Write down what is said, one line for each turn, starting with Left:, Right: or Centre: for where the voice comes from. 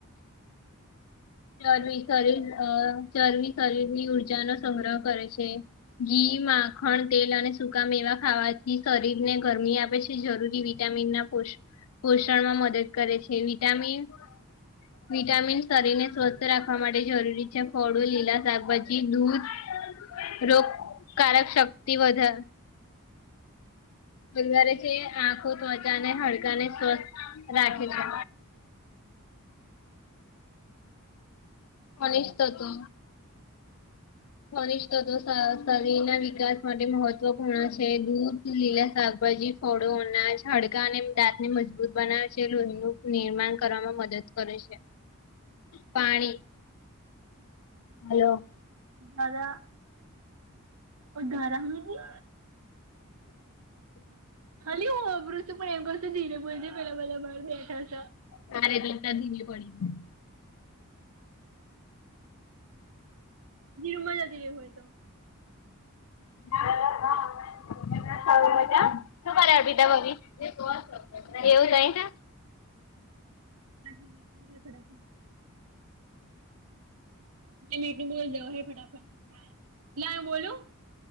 Left: ચરબી કરી અ ચરબી શરીરની ઉર્જા નો સંગ્રહ કરે છે. ઘી, માખણ, તેલ અને સુકા મેવા ખાવાથી શરીર ને ગરમી આપે છે. થી જરૂરી વિટામિન ના પોષ પોષણમાં મદદ કરે છે વિટામિન વિટામિન શરીર ને સ્વસ્થ રાખવા માટે જરૂરી છે ફળો, લીલા શાકભાજી, દૂધ રોગકારક શક્તિ વધાર વધારે છે, આંખો ત્વચા ને હડકા ને સ્વસ્થ રાખે છે. અનેષ તો તો
Right: <inaudible>
Left: ખનીજતત્વો શ શરીર ના વિકાસ માટે મહત્વપૂર્ણ છે, દૂધ, લીલા શાકભાજી ફળો, અનાજ હાડકાં અને દાંતને મજબૂત બનાવે છે લોહીનું નિર્માણ કરવામાં મદદ કરે છે. પાણી હલો.
Right: દાદા ઓ ધારા હુઈ ગી ખાલી હું હોભળું તે પણ એમ કહું છું ધીરે બોલજે પેલા બધા બહાર બેઠા સ.
Left: તાર એટલે અત્યારે તારી ઢીંગલી પડી ગઈ.
Right: ધીરું મજા ધીરે હોય તો.
Left: <inaudible> તમે મજામ. શું કર અર્પિતાભાભી. એવું તહીં છે.
Right: <unintelligible> બે મિનિટ નું બોલ દે અવે હેડ ફટાફટ. લાય હુ બોલુ.